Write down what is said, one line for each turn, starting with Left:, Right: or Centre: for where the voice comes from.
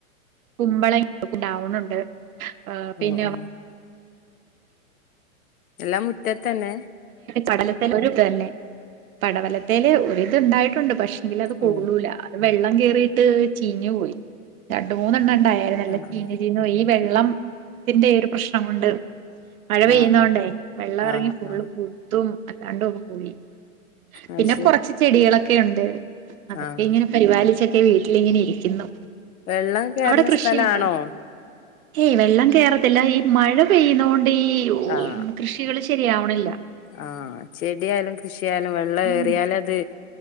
Right: കുമ്പളങ്ങ ഉണ്ടാവുണുണ്ട് ആ പിന്നെ
Left: ഓ ഓ
Right: അവ
Left: എല്ലാം മുറ്റ തന്നെ
Right: പടലത്തേൽ തന്നെ പടവലത്തേല് ഒരിത് ഉണ്ടായിട്ടുണ്ട് പക്ഷെ എങ്കിൽ അത് കൊള്ളൂല
Left: ഓ
Right: വെള്ളം കേറിയിട്ട് ചീഞ്ഞു പോയി രണ്ടു മൂന്നെണ്ണം ഉണ്ടാരുന്നു എല്ലാം
Left: ആഹ്
Right: ചീഞ്ഞ്
Left: ആഹ്
Right: ചീഞ്ഞ് പോയി വെള്ളംത്തിന്റെ ഈ ഒരു പ്രശ്നം കൊണ്ട് മഴ പെയ്യുന്ന
Left: ആഹ്
Right: കൊണ്ടേ വെള്ളം
Left: ആഹ് ആഹ്
Right: ഇറങ്ങി ഫുള്ള്
Left: ആഹ്
Right: കുത്തും അല്ലാണ്ടും കുഴി പിന്നെ
Left: അത് ശരി
Right: കൊറച്ച് ചെടികളൊ ക്കെയുണ്ട് അതൊക്കെ
Left: ആഹ്
Right: ഇങ്ങനെ പരിപാലിച്ച് ഈ വീട്ടിലിങ്ങനെ ഇരിക്കുന്നു
Left: വെള്ളം കയറുന്ന
Right: അവിടെ കൃഷിയുണ്ടോ
Left: സ്ഥലാണോ
Right: ഏയ് വെള്ളം കേറത്തില്ല ഈ മഴ പെയ്യുന്ന കൊണ്ട് ഇവിടെ ഈ ഊ
Left: ആഹ്
Right: കൃഷികള് ചെ ആവണില്ല
Left: ആഹ് ചെടിയായാലും കൃഷി യാലും വെള്ളം
Right: ഉം
Left: ഏറിയാലത്